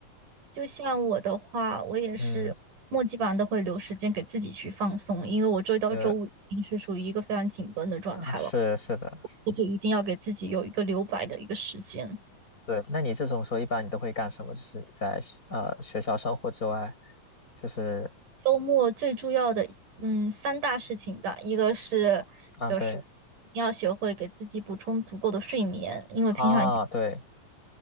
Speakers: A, on the right; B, on the left.
A: 就像我的话，我也是末基本上都会留时间给自己去放松，
B: 嗯，
A: 因为我周一到周五已经是属于一个非常紧绷的状态了，
B: 呃啊是是的，
A: 我就一定要给自己有一个留白的一个时间。
B: 对。那你这种时候一般你都会干什么？就是你在学呃学校生活之外，就是
A: 周末最重要的，嗯，三大事情吧，一个是就是
B: 啊对
A: 你要学会给自己补充足够的睡眠，因为平常
B: 啊对。